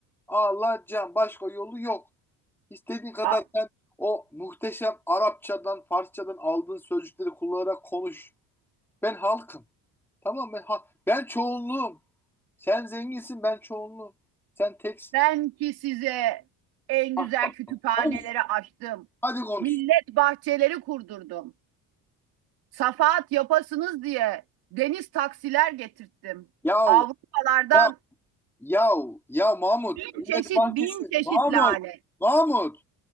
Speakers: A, in the centre; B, on the right.
A: Alacağım. Başka yolu yok. İstediğin kadar
B: A-
A: sen o muhteşem Arapçadan, Farsçadan aldığın sözcükleri kullanarak konuş. Ben halkım. Tamam mı? ben ha ben çoğunluğum. Sen zenginsin, ben çoğunluğum. Sen teksin.
B: Ben ki size en
A: Bak
B: güzel
A: bak.
B: kütüphaneleri
A: Konuş.
B: açtım.
A: Hadi konuş.
B: Millet bahçeleri kurdurdum. Safahat yapasınız diye deniz taksiler getirttim.
A: Yahu,
B: Avrupalardan
A: ya, yahu, ya Mahmut.
B: bin
A: Millet
B: çeşit
A: Bahçesi.
B: bin çeşit
A: Mahmut.
B: lale.
A: Mahmut.